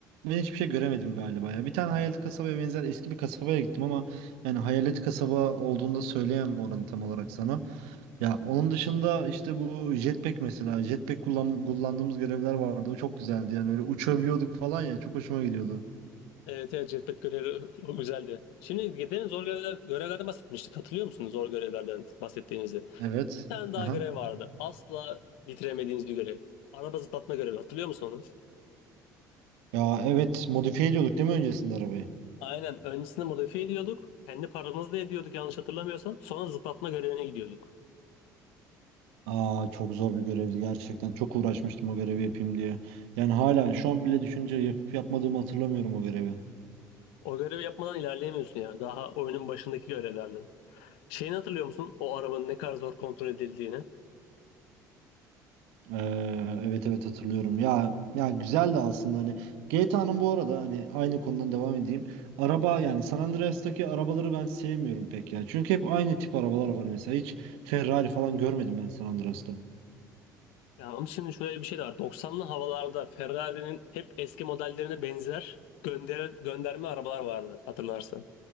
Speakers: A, on the right; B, on the left.
A: ben hiçbir şey göremedim galiba ya. Bir tane hayalet kasabaya benzer eski bir kasabaya gittim ama yani hayalet kasaba olduğunda söyleyemem oranı tam olarak sana. Ya onun dışında işte bu jetpack mesela jetpack kullan kullandığımız görevler vardı. O çok güzeldi yani öyle uçabiliyorduk falan ya çok hoşuma gidiyordu.
B: Evet evet Jetpack görevi <laughs> o güzeldi. Şimdi gidelim zor görevler, görevlerden bahsetmiştik. Hatırlıyor musunuz zor görevlerden bahsettiğimizi?
A: Evet.
B: Bir tane daha
A: Aha.
B: görev vardı. Asla bitiremediğimiz bir görev. Araba zıplatma görevi. Hatırlıyor musun onu?
A: Ya evet modifiye ediyorduk değil mi öncesinde arabayı?
B: Aynen. Öncesinde modifiye ediyorduk. Kendi paramızla ediyorduk yanlış hatırlamıyorsam. Sonra zıplatma görevine gidiyorduk.
A: Aa çok zor bir görevdi gerçekten. Çok uğraşmıştım o görevi yapayım diye. Yani hala şu an bile düşünce yapıp yapmadığımı hatırlamıyorum o görevi.
B: O görevi yapmadan ilerleyemiyorsun ya. Daha oyunun başındaki görevlerden. Şeyini hatırlıyor musun? O arabanın ne kadar zor kontrol edildiğini.
A: Ee, evet evet hatırlıyorum. Ya ya güzeldi aslında hani GTA'nın bu arada hani aynı konudan devam edeyim. Araba yani San Andreas'taki arabaları ben sevmiyorum pek ya. Çünkü hep aynı tip arabalar var mesela. Hiç Ferrari falan görmedim ben San Andreas'ta.
B: Ya ama şimdi şöyle bir şey de var. Doksanlı havalarda Ferrari'nin hep eski modellerine benzer gönder gönderme arabalar vardı hatırlarsan.